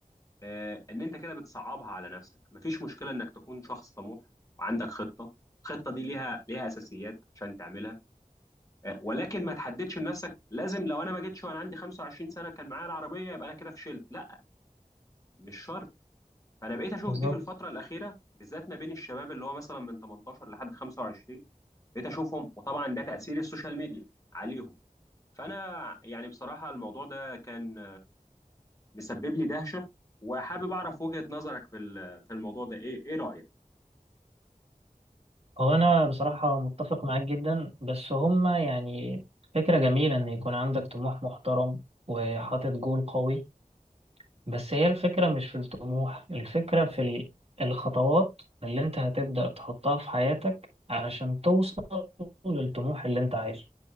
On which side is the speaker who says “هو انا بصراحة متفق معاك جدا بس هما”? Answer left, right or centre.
Right